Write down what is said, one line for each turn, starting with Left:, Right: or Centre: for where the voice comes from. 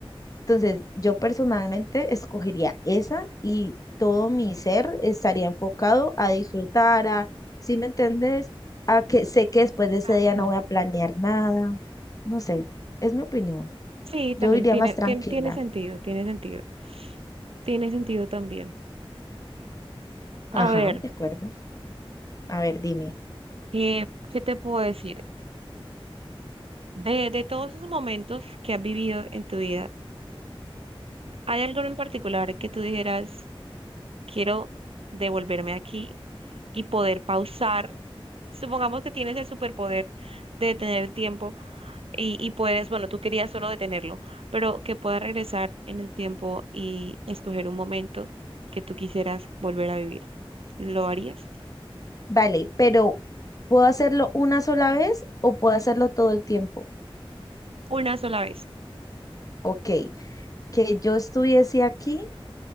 Left: Entonces, yo personalmente escogería esa y todo mi ser estaría enfocado a disfrutar, a, si me entendés? A que sé que después de ese
Right: claro,
Left: día
Right: claro.
Left: no voy a planear nada. No sé, es mi opinión.
Right: Sí, también
Left: Yo iría
Right: tiene,
Left: más tranquila.
Right: tien- tiene sentido, tiene sentido. Tiene sentido también. A
Left: Ajá,
Right: ver,
Left: de acuerdo. A ver, dime.
Right: ¿qué, qué te puedo decir? De, de todos esos momentos que has vivido en tu vida, ¿hay algo en particular que tú dijeras, quiero devolverme aquí y poder pausar? Supongamos que tienes el superpoder de detener el tiempo y, y puedes, bueno, tú querías solo detenerlo, pero que puedas regresar en el tiempo y escoger un momento que tú quisieras volver a vivir. ¿Lo harías?
Left: Vale, pero ¿puedo hacerlo una sola vez o puedo hacerlo todo el tiempo?
Right: Una sola vez.
Left: Ok, que yo estuviese aquí